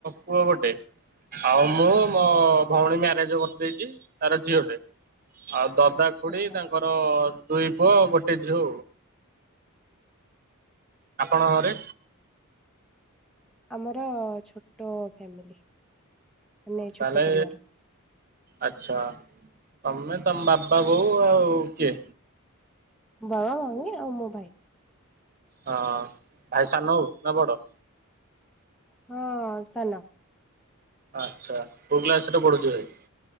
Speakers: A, on the right (about 45°); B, in the centre.
A: ପୁଅ ଗୋଟେ। ଆଉ ମୁଁ ମୋ ଭଉଣୀ ମ୍ୟାରେଜ କରିଦେଇଛି ତାର ଝିଅ ଟେ ଆଉ। ଦଦା ଖୁଡି
B: ଆଚ୍ଛା
A: ତାଙ୍କର ଦୁଇ ପୁଅ ଗୋଟେ ଝିଅ। ଘରେ
B: ଆମର ଛୋଟ ଫ୍ୟାମିଲି। ମାନେ ଛୋଟ
A: ତାହଲେ
B: ପରିବାର।
A: ଆଛା। ତମେ ତମ ବାବା ବୋଉ ଆଉ କିଏ?
B: ବାବା ମମି ଆଉ ମୋ ଭାଇ।
A: ହଁ ଭାଇ ସାନ ହଉ ନା ବଡ।
B: ହଁ ସାନ।
A: ଆଚ୍ଛା କୋଉ କ୍ଲାସରେ ପଢୁଛ ଭାଇ?